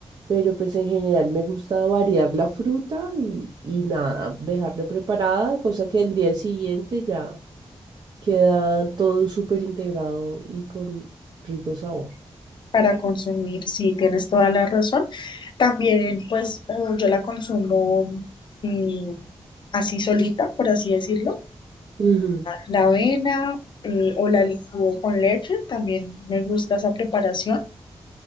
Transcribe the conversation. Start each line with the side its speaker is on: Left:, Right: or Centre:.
Right: pero pues en general me gusta variar la fruta y, y nada, dejarla preparada, cosa que al día siguiente ya queda todo súper integrado y con rico sabor.
Left: para consumir, sí, tienes toda la razón. También, pues eh, yo la consumo eh, así solita, por así decirlo.
Right: Ujú,
Left: La avena eh, o la licúo con leche, también me gusta esa preparación.